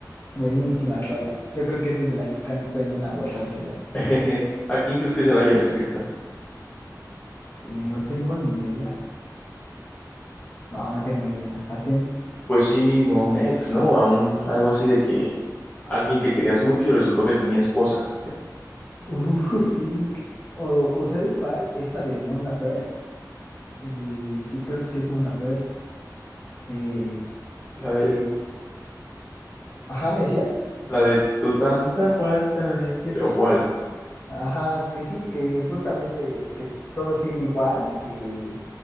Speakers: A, on the left (about 40°); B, on the left (about 20°).
A: Buenísima rola. Yo creo que esa es de las que canto en una borrachera.
B: <laughs> ¿A quién crees que se la hayan escrito?
A: Eh, no tengo ni idea. No, no tengo ni idea. ¿A quién?
B: Pues sí, mínimo a un ex, ¿no? A un algo así de que alguien que querías mucho y resultó que tenía esposa.
A: Uf, sí. O, o ¿sabes cuál? Esta de Mon Laferte. Eh, sí, creo que sí es Mon Laferte. eh,
B: La de
A: que, ajá, me decías,
B: La de tu tanta falta de querer. ¿O cuál?
A: ajá, que sí, que justamente que todo sigue igual, que